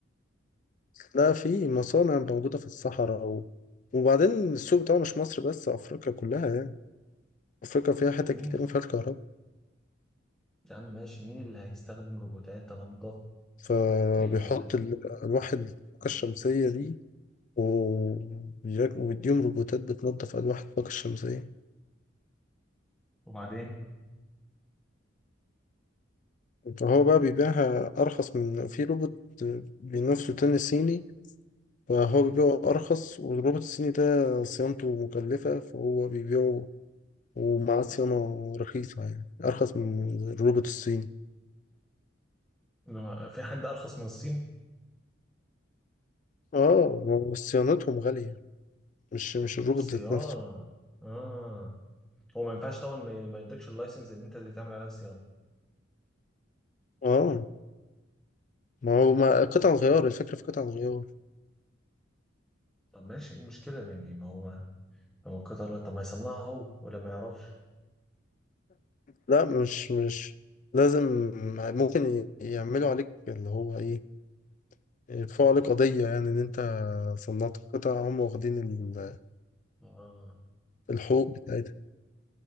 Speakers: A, on the left; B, in the centre.
A: لا في مصانع موجودة في الصحراء و... وبعدين السوق بتاعه مش مصر بس أفريقيا كلها يعني أفريقيا فيها حتت
B: مين
A: كتير ما فيهاش كهرباء
B: يا عم ماشي مين اللي هيستخدم روبوتات تنظف
A: فبيحط
B: ال...
A: ال- ألواح الطاقة الشمسية دي وبيرك- ويديهم روبوتات بتنظف ألواح الطاقة الشمسية
B: وبعدين
A: فهو بقى بيبيعها أرخص من في روبوت بينافسه تاني صيني فهو بيبيعه أرخص والروبوت الصيني ده صيانته مكلفة فهو بيبيعه ومعاه صيانة رخيصة يعني أرخص من الروبوت الصيني
B: لما- في حد ارخص من الصين
A: اه ما هو صيانتهم غالية مش مش الروبوت
B: صيانه
A: ذات نفسه
B: اه هو ما ينفعش طبعا ما ما يدكش اللايسنس ان انت اللي تعمل عليها صيانه
A: اه ما هو ما قطع
B: مم.
A: الغيار الفكرة في قطع الغيار
B: طب ماشي ايه المشكله يعني ما هو هو قطر طب ما يصنعها هو ولا ما يعرفش
A: لا مش مش لازم ممكن ي- يعملوا عليك اللي هو ايه يدفعوا عليك قضية يعني ان انت صنعت قطع هم واخدين ال-
B: آه.
A: الحقوق بتاعتها